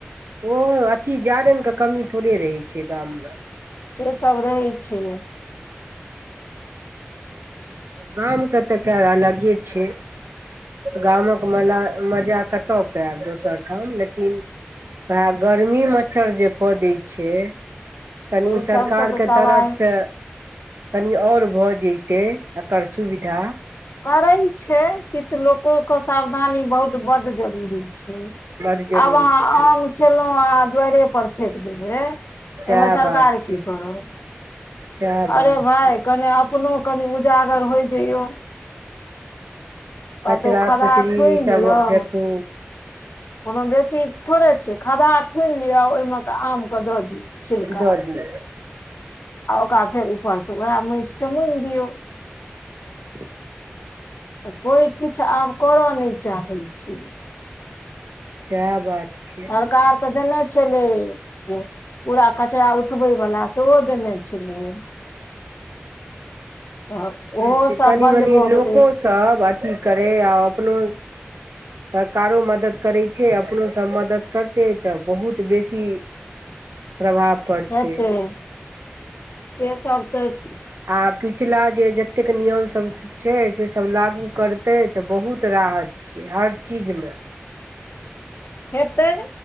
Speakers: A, on the right; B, on the left.
A: ओ अथी जारनिे के कमी थोड़े रहै छै गाममे-
B: से सब रहै छै।
A: गाम के तऽ कैर अलगे छै। गामक म मला -मजा कतय पायब दोसर ठाम लेकिन- वएह गर्मी मच्छर जे कऽ दै छै- कनि
B: ओहि सबसँ
A: सरकारके
B: तऽ तबाही
A: तरफसँ- कनि आओर भऽ जतै एकर सुविधा-
B: करै छै किछु लोको क सावधानी बहुत बड जरूरी छै।
A: बड जरूरी
B: आब अहाँ
A: छै
B: आम खेलहुँ अहाँ दुआरे पर फेक देबै- एहिमे
A: सएह
B: सरकार
A: बात छै
B: की करत
A: सएह बात
B: अरे भाय
A: छै
B: कने अपनो- कनि उजागर होइ जइयौ- कतहु
A: कचरा
B: खदहा
A: कुचरी
B: खुइन
A: ई सब
B: दिअउ-
A: फेकू
B: कोनो बेसी थोड़े छै खद्हा खुनि लिय ओहिमे क आम के दऽ दियौ। छिलका
A: इद दियौ।
B: आ ओकरा फेर ऊपर से उएह मैट स मुइन दिऔ।
A: <unintelligible> <unintelligible>
B: तऽ कोई चीछ आब करऽ नहि चाहै छय।
A: सएह बात- छै
B: सरकार तऽ देने छलै <unintelligible> पूरा कचराा उठबै वला सेहो देने छलै।
A: <inaudible>
B: तऽ ओहो
A: थी-कनि
B: सब बन्द
A: मनि
B: भऽ
A: लोकोसभ
B: गेलै
A: अथी करै आ अपनो- सरकारो मदति करै छै अपनोसभ मदति करतै तऽ बहुत बेसी- प्रभाव- पड़तै
B: हेतय, से सब त-
A: आ पिछला जे जतेक नियम सब छै से सब लागू करतै तऽ बहुत राहत छै हर चीजमे।
B: हेत्तै